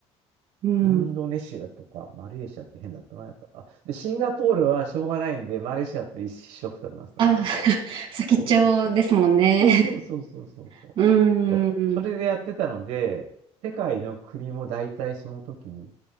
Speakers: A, on the right; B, on the right.
A: うん。
B: インドネシアとかマレーシアって変だったな、やっぱ。あ、で、シンガポールはしょうがないんで、マレーシアと一緒くたになってたかな。
A: あ、<laughs> 先っちょですもんね。
B: そうそうそう。そうそうそうそうそうそう。
A: <laughs> うーん。
B: そうそれでやってたので、世界の国も大体その時に